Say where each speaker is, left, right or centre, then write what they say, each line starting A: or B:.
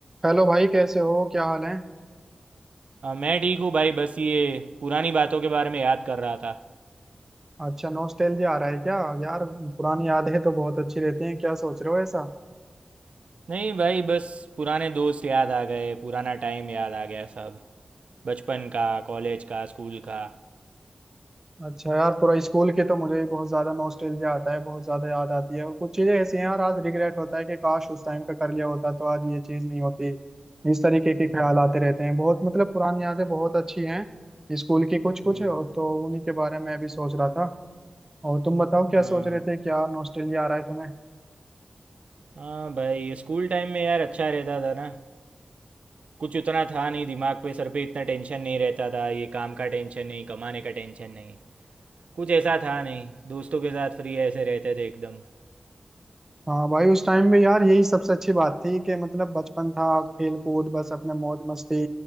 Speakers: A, on the right (about 20°); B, on the right (about 70°).
A: Hello भाई कैसे हो क्या हाल है
B: हाँ मैं ठीक हूँ भाई बस ये पुरानी बातों के बारे में याद कर रहा था
A: अच्छा नॉस्टैल्जिया आ रहा है क्या यार पुरानी यादें तो बहुत अच्छी रहती हैं क्या सोच रहे हो ऐसा
B: नहीं भाई बस पुराने दोस्त याद आ गए पुराना टाइम याद आ गया सब बचपन का कॉलेज का स्कूल का
A: अच्छा यार पूरा स्कूल की तो मुझे भी बहुत ज्यादा नॉस्टैल्जिया आता है बहुत ज्यादा याद आती है और कुछ चीजें ऐसी हैं यार आज रिग्रेट होता है कि काश उस टाइम पे कर लिया होता तो आज ये चीज नहीं होती इस तरीके के
B: हम्म,
A: ख्याल आते रहते हैं बहुत मतलब पुरानी यादें बहुत अच्छी हैं स्कूल की कुछ कुछ
B: हम्म,
A: और तो उन्हीं के बारे में भी सोच रहा था और तुम बताओ क्या
B: हाँ
A: सोच रहे थे क्या नॉस्टैल्जिया आ रहा है तुम्हें
B: हाँ भाई ये स्कूल टाइम में यार अच्छा रहता था ना कुछ उतना था नहीं दिमाग पे सर पे इतना टेंशन नहीं रहता था ये काम का टेंशन नहीं कमाने का टेंशन नहीं कुछ ऐसा था नहीं दोस्तों के साथ फ्री ऐसे रहते थे एकदम
A: हाँ भाई उस टाइम में यार यही सबसे अच्छी बात थी कि मतलब बचपन था खेल कूद बस अपने मौज मस्ती